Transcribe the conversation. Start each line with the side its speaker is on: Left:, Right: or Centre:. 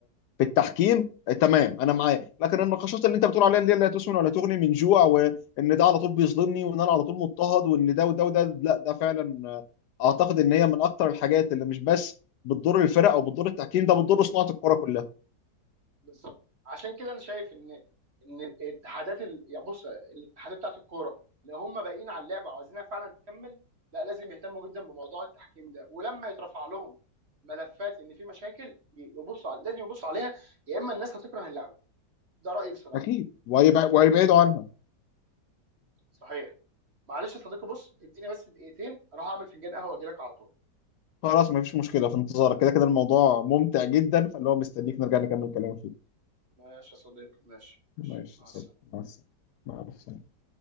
Left: في التحكيم آه، تمام انا معاك لكن النقاشات اللي انت بتقول عليها اللي هي لا تسمن ولا تغني من جوع وان ده على طول بيظلمني وان انا على طول مضطهد وان ده وده وده لا ده فعلا آه، اعتقد ان هي من اكتر الحاجات اللي مش بس بتضر الفرق او بتضر التحكيم ده بتضر صناعة الكرة كلها
Right: بالظبط عشان كده انا شايف ان ان الاتحادات ال... يعني بص الاتحادات بتاعت الكوره لو هم باقيين على اللعبه وعايزينها فعلا تكمل لا لازم يهتموا جدا بموضوع التحكيم ده ولما يترفع لهم ملفات ان في مشاكل ي- يبصوا على... لازم يبصوا عليها يا اما الناس هتكره اللعبه ده رايي بصراحه
Left: اكيد وهيبع- وهيبعدوا عنها
Right: صحيح معلش يا صديقي بص اديني بس دقيقتين اروح اعمل فنجان قهوه واجي لك على طول
Left: خلاص مفيش مشكلة في انتظارك كده كده الموضوع ممتع جدا فاللي هو مستنيك نرجع نكمل كلام فيه
Right: ماشي يا صديقي ماشي
Left: ماشي
Right: ماشي. مع
Left: صدق
Right: السلامه
Left: مع السلامة مع السلامة